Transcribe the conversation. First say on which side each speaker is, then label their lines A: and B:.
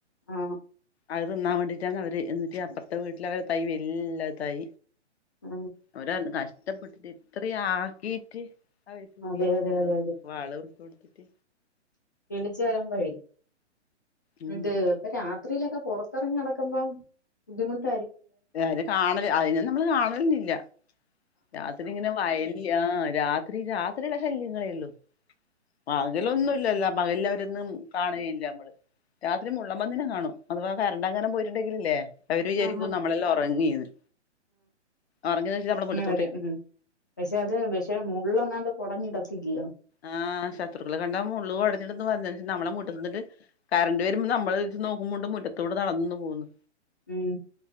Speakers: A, on the left; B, on the left.
A: ആ
B: അത് തിന്നാൻ വേണ്ടിട്ടാണ് അവര് എന്നിട്ട് അപ്പ ഇ വീട്ടില അവടെ തൈ വല്ലാ തൈ
A: ആ.
B: അവര കഷ <unintelligible> കഷ്ട്ടപ്പെട്ട് ഇത്ര ആക്കീട്ട്
A: അതെ
B: വീട്ടില്ലല്ലോ
A: അതെ അതെ
B: വാള വിടുത്ത കൊടുത്തിട്ട്
A: കിളിച്ചു വരുമ്പഴേ
B: ഉം
A: ഇത് ഇപ്പൊര രാത്രിലൊക്കെ പുറത്തിറങ്ങി നടക്കുമ്പം ബുദ്ധിമുട്ട്
B: അത് കാണല് അതിനെ നമ്മള് കാണലൊന്നുമില്ല രാത്രി ഇങ്ങനെ വയല് ആഹ് രാത്രി രാത്രിയുള്ള ശല്യങ്ങളേ ഒള്ളൂ പകലൊന്നും ഇല്ലല്ലോ പകല അവരൊന്നും കാണുകയില്ല നമ്മള് രാത്രി മുള്ളൻപന്നിനെ കാണും അഥവാ കറന്റ് എങ്ങാനും പോയിട്ടുണ്ടെങ്കിൽ ഇല്ലേ അവര് വിചാരിക്കും
A: ആഹാ.
B: നമ്മളെല്ലാം ഉറങ്ങിയെന്ന് ഉറങ്ങിയ വെച്ചൽ നമ്മുടെ മുറ്റ
A: ഓക്കേ പക്ഷെ അത് പക്ഷെ മുള്ളങ്ങാണ്ട് കൊട ഞ്ഞിടത്തില്ലയോ
B: ആഹ് ശത്രുക്കൾ കണ്ടാ മുള്ള് കൊടഞ്ഞിടത്ത് <unintelligible> നിന്നിട്ട് കറണ്ട് വരുമ്പോ നമ്മൾ നോക്കുമ്പോണ്ട് മുറ്റത്തൂടെ നടന്നു പോകുന്നു
A: ഉം.